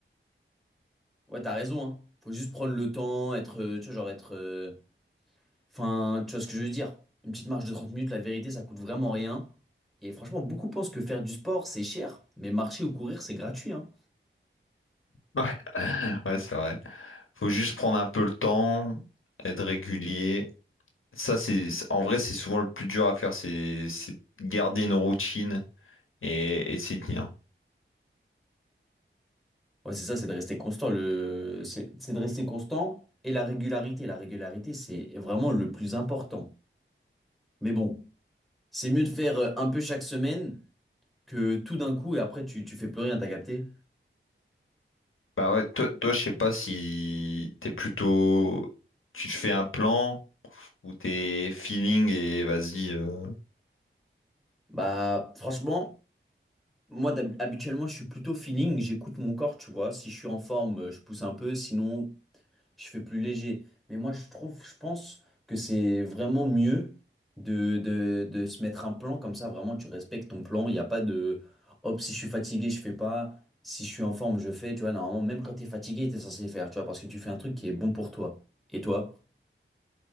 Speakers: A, in the centre; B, on the left (about 75°).
A: Ouais, t'as raison, hein. Faut juste prendre le temps, être, euh, tu vois, genre être, euh, Enfin, tu vois ce que je veux dire? Une petite marche de 30 minutes, la vérité, ça coûte vraiment rien. Et franchement, beaucoup pensent que faire du sport, c'est cher, mais marcher ou courir, c'est gratuit, hein.
B: Ouais, <laughs> ouais, c'est vrai. Faut juste prendre un peu le temps, être régulier. Ça, c'est, c'est- en vrai, c'est souvent le plus dur à faire, c'est c'est garder une routine et, et s'y tenir.
A: Ouais, c'est ça, c'est de rester constant. Le... C'est c'est de rester constant et la régularité. La régularité, c'est vraiment le plus important. Mais bon, c'est mieux de faire euh, un peu chaque semaine que tout d'un coup et après tu, tu fais plus rien, t'as capté?
B: Bah ouais, toi, toi, je sais pas si t'es plutôt, tu te fais un plan. ou t'es feelings et vas-y. euh.
A: Bah, franchement, moi, d'hab- habituellement, je suis plutôt feeling, j'écoute mon corps, tu vois. Si je suis en forme, euh, je pousse un peu, sinon, je fais plus léger. Mais moi, je trouve, je pense que c'est vraiment mieux de, de, de se mettre un plan comme ça. Vraiment, tu respectes ton plan. Il n'y a pas de hop, si je suis fatigué, je fais pas. Si je suis en forme, je fais. Tu vois, normalement, même quand tu es fatigué, tu es censé faire. Tu vois, parce que tu fais un truc qui est bon pour toi. Et toi?